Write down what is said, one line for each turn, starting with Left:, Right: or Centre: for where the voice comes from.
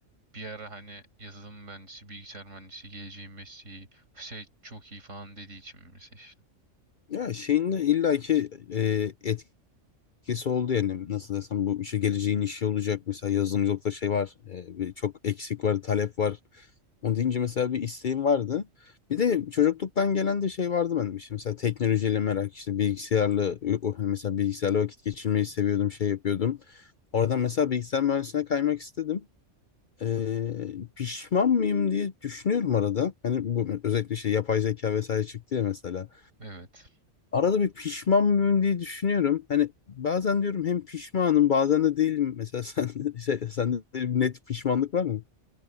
Right: bir ara hani yazılım mühendisi, bilgisayar mühendisi, geleceğin mesleği, şey çok iyi falan dediği için mi seçtin?
Left: Ya şeyin de illaki e, etkisi oldu yani nasıl desem bu işe geleceğin işi olacak mesela yazılımcılıkta şey var e, bir çok eksik var talep var onu deyince mesela bir isteğim vardı bir de çocukluktan gelen de şey vardı benim işte mesela teknolojiyle merak işte bilgisayarla o- hani mesela bilgisayarla vakit geçirmeyi seviyordum şey yapıyordum oradan mesela bilgisayar mühendisliğine kaymak istedim E, pişman mıyım diye düşünüyorum arada hani bu özellikle şey yapay zeka vesaire çıktı ya mesela
Right: Evet.
Left: Arada bir pişman mıyım diye düşünüyorum. Hani bazen diyorum hem pişmanım bazen de değilim. Mesela sen <laughs> şey, sende de bir net pişmanlık var mı?